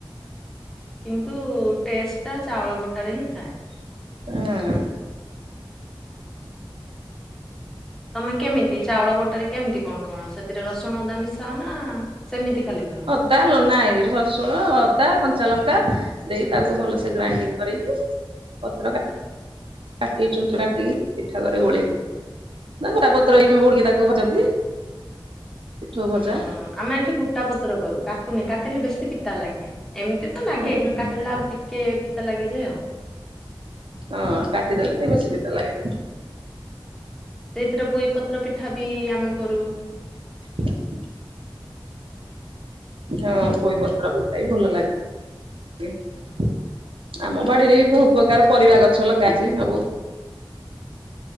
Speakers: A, in the centre; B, on the right.
A: କିନ୍ତୁ ଟେଷ୍ଟ ଟା ଚାଉଳ ବଟା ରେ ହିଁ ଥାଏ।
B: <unintelligible>
A: ତମେ କେମିତି ଚାଉଳ ବଟାରେ କେମିତି କଣ କଣ ସେଥିରେ ରସୁଣ ଅଦା ମିଶ <unintelligible> ସେମିତି ଖାଲି କର।
B: ନାଲେ ନାଇ ରସୁଣ ଅଦା କଞ୍ଚା ଲଙ୍କା ଦେଇ ତାକୁ ଭଲସେ ଗ୍ରାଇଣ୍ଡିଙ୍ଗ କରିକି। ପତ୍ର କା। କାଟି ଚୁୁ କାଟିକି ପିଠା କରେ ଗୋଳେଇକି। <inaudible> ନା ବରାପତ୍ର ବଡିକି ତାକୁ ଭାଜନ୍ତି। ପିଠଉ ଭଜା
A: ହଁ ଆମେ ଏଠି ଗୋଟା ପତ୍ର କରୁ କାଟୁନି କାଟିଲେ ବେଶୀ ପିତା ଲାଗେ ଏମିତି। ପିତା ତଲାଗେ
B: ହଁ
A: କିନ୍ତୁ କାଟିଦେଲେ ଆଉ ଟିକେ ପିତା ଲାଗେ ଯେ ଆଉ।
B: ହଁ କାଟିଦେଲେ ଟିକେ ବେଶୀ ପିତା ଲାଗେ।
A: ସେଇଥିରେ ପୋଇପତ୍ର ପିଠା ବି ଆମେ କରୁ।
B: <inaudible> ହଁ ପୋଇ ପତ୍ର ବି ଖାଇ ଭଲ ଲାଗେ ଟିକେ। ଆମ ବାଡିରେ ବି ବୋହୁତୁ ପ୍ରକାର ପରିବା ଗଛ ଲଗାହେଇଚି ସବୁ